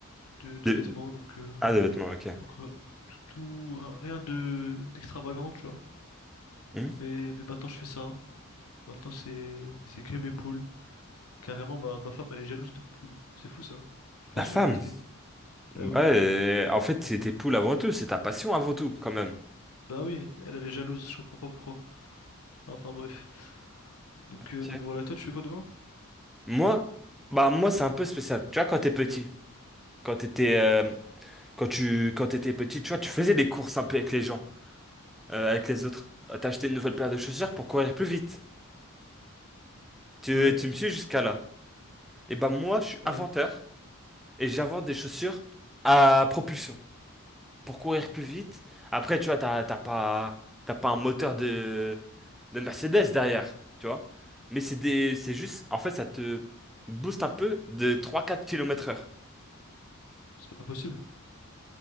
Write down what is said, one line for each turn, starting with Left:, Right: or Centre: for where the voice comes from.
Left: de de
Centre: De...
Left: vêtements, donc. euh,
Centre: Ah, des vêtements, ok.
Left: Donc euh, tout, tout- rien de d'extravagant, tu vois.
Centre: Hmm.
Left: Mais, mais maintenant je fais ça. Maintenant c'est c'est que mes poules. Carrément ma, ma femme elle est jalouse de mes poules. C'est fou ça. Je pense
Centre: La femme.
Left: que je vais la quitter. Ah
Centre: Ouais,
Left: oui.
Centre: euh, en fait, c'est tes poules avant tout, c'est ta passion avant tout, quand même.
Left: Bah oui, elle elle est jalouse, je comprends pas pourquoi. Enfin bref. Donc
Centre: Ok.
Left: euh, donc voilà, toi tu fais quoi demain?
Centre: Moi, bah, moi, c'est un peu spécial. Tu vois, quand t'es petit, quand t'étais, euh, quand tu, quand t'étais petit, tu vois, tu faisais des courses un peu avec les gens, euh, avec les autres. Euh, T'as acheté une nouvelle paire de chaussures pour courir plus vite. Tu,
Left: Ouais,
Centre: tu me suis jusqu'à là. Et ben moi, je suis
Left: ouais.
Centre: inventeur et j'invente des chaussures à propulsion pour courir plus vite. Après, tu vois, t'as t'as pas, t'as pas un moteur de, de Mercedes derrière, tu vois. Mais c'est des, c'est juste, en fait, ça te booste un peu de trois quatre kilomètres heure.
Left: C'est pas possible.